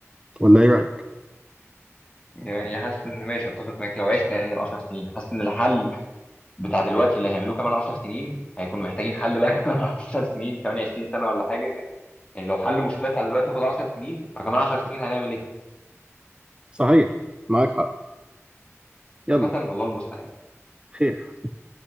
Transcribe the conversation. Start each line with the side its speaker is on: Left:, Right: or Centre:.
Right: ولا ايه رايك؟
Left: يعني حاسس ان ماشي اتفق معاك لو عشنا يعني ال 10 سنين حاسس ان الحل بتاع دلوقتي اللي هيعملوه كمان 10 سنين هيكونوا محتاجين حل بقى <laughs> كمان 10 سنين كمان 20 سنة ولا حاجة يعني لو حل المشكلة بتاع دلوقتي هياخد 10 سنين فكمان 10 سنين هنعمل ايه؟
Right: صحيح معاك حق يلا
Left: عامة الله المستعان
Right: خير